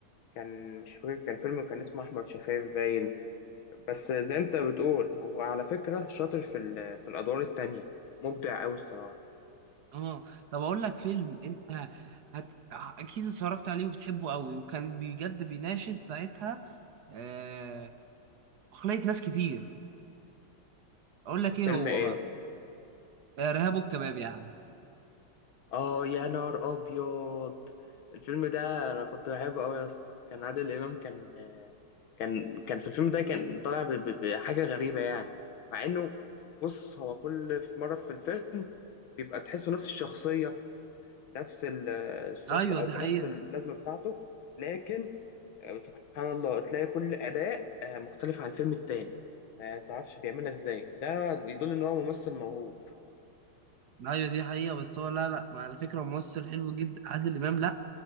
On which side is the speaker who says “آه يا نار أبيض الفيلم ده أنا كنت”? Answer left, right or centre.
Left